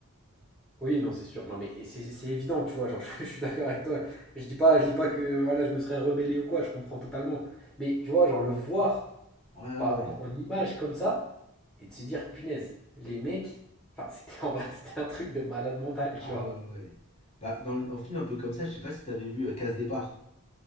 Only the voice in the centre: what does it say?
Oui, non, c'est sûr. Non, mais c'est c'est évident, tu vois. Genre, <laughs> je, suis d'accord avec toi. Je dis pas, je dis pas que voilà, je me serais rebellé ou quoi. Je comprends totalement. Mais tu vois, genre le voir
pas
en, en image comme ça et de se dire, punaise, les mecs. Enfin, <laughs> c'était en vrai, <laughs> c'était un truc de malade mental,
tu vois.